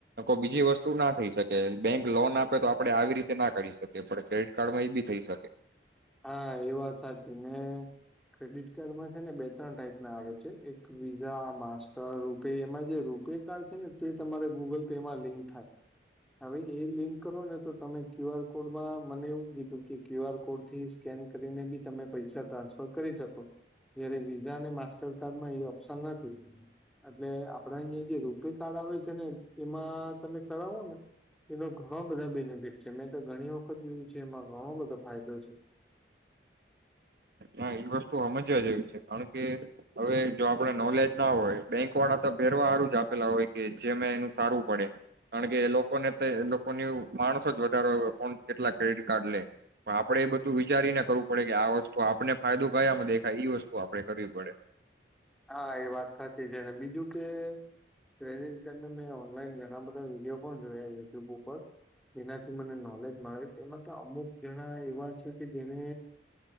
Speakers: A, on the right; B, in the centre.
A: કોઈ બીજી વસ્તુ ના થઈ શકે. બેં લોન આપે તો આપડે આવી રીતે ના કરી શ એ પણ ક્રેડિટ કાર્ડમાં એ બી થઈ શકે.
B: હા એ વાત સાચી ને ક્રેડિટ કાર્ડમાં છે ને બે ત્રણ ટાઈપ ના આવે છે. એક વિઝા માસ્ટર રૂપે એમાં જે રૂપે કાર્ડ છે ને તે તમારે ગૂગલ પે માં લિંક થાય હા ભાઈ એ લિંક કરો ને તો તમે ક્યુ આર કોડમાં મને એવું કીધું કે ક્યુ આર કોડ થી સ્કેન કરીને બી તમે પૈસા ટ્રાન્સફર કરી શકો. જયારે વિઝા અને માસ્ટરકાર્ડમાં એ ઓપ્શન નથી એટલે આપડા અહીંયા જે રૂપે કાર્ડ આવે છે ને એમાં તમે કરાવો ને એનો ઘણ બધા બેનિફિટ છે મેં તો ઘણી વખત જોયું છે એમાં ઘણો બધો ફાયદો છે.
A: હા એ વસ્તુ હમજ્યા જેવી છે કારણ કે હવે જો આપણે નોલેજ ના હોય બેંક વાળા તો ભેરવાહારું જ આપેલા હોય કે જે મેં એનું સારું પડે કારણ કે એ લો કોને તે લોકો એવું માણસ જ વધારે કો કેટલા ક્રેડિટ કાર્ડ લે પણ આપડે એ બધું વિચારીને કરવું પડે કે આ વસ તુ આપને ફાયદો કયામાં દેખાય ઈ વસ્તુ આપડે કરવી પડે.
B: હા એ વાત સાચી છે. અને બીજું કે ક્રેડિટ કાર્ડને મેં ઓનલાઈન ઘણા બધા વિડીયો પણ જોયા યુટ્યુબ ઉપર જેનાથી મને નોલેજ મળે તેમાં તો અમુક જણા એવા છે કે જેને